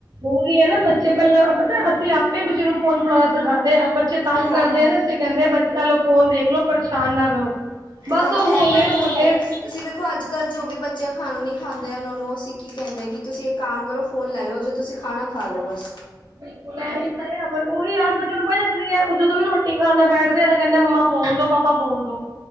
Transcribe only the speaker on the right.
ਓਹੀ ਐ ਨਾ ਬੱਚੇ ਪੈਲਾਂ ਪਤਾ ਅਸੀਂ ਆਪੇ ਬੱਚੇ ਨੂੰ ਫੋਨ ਫੜਾਣਾ ਸਿਖਾਂਦੇ ਆ ਬੱਚੇ ਤੰਗ
ਕਰਦੇ ਆ ਨਾ ਅਸੀਂ ਕੈਂਦੇ ਬੱਚਾ ਲੋ ਫੋਨ ਦੇਖ ਲੋ ਪਰੇਸ਼ਾਨ ਨਾ ਕਰੋ। ਬਸ
ਉਹ
ਹੋਲੇ-ਹੋਲੇ
ਬਿਲਕੁੱਲ ਐਵੀ ਤਾਂ ਐ ਫੇਰ ਉਹੀ ਆ ਬੱਚਿਆਂ ਨੂੰ ਬੈ ਜਾਂਦੇ ਆ ਜਦੋਂ ਵੀ ਰੋਟੀ ਆਰਾਮ ਨਾਲ ਬੈਠਦੇ ਆ ਤੇ ਕੈਂਦੇ ਆ ਮੰਮਾ ਫੋਨ ਦੋ, ਪਾਪਾ ਫੋਨ ਦੋ।